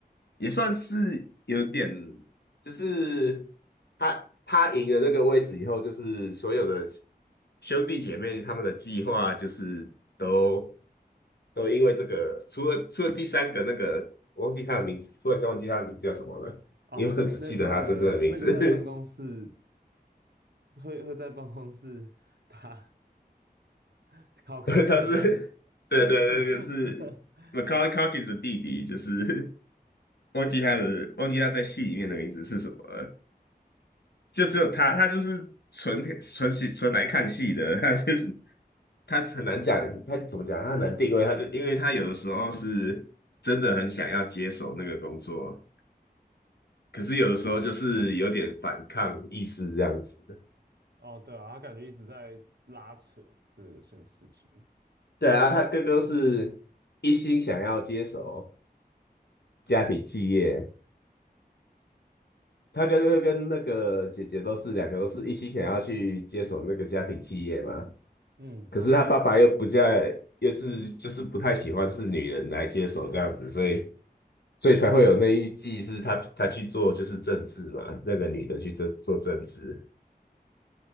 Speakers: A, on the left; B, on the right.
A: 也算是有点，就是他他赢了那个位置以后，就是所有的兄弟姐妹他们的计划就是都都因为这个，除了除了第三个那个，我忘记他的名字，突然间忘记他的名字叫什么了，
B: 哦，
A: 因为我只记得他真正的名字，
B: 那那个那个在办公室会会在办公室打 <laughs> 考考的那个
A: <laughs> 他是对对，
B: <laughs>，
A: 那个是 Macaulay Culkin 的弟弟，就是 <laughs> 忘记他的，忘记他在戏里面的名字是什么了。就只有他，他就是纯纯戏纯来看戏的，他就是他很难讲，他怎么讲，他很难定位，他就因为他有的时候是真的很想要接手那个工作，可是有的时候就是有点反抗意识这样子。
B: 哦，对啊，他感觉一直在拉扯这个件事情。
A: 对啊，他哥哥是一心想要接手家庭企业，他哥哥跟那个姐姐都是两个都是一心想要去接手那个家庭企业嘛。
B: 嗯
A: 可是他爸爸又不在，又是就是不太喜欢是女人来接手这样子，所以所以才会有那一季是他他去做就是政治嘛，那个女的去做做政治。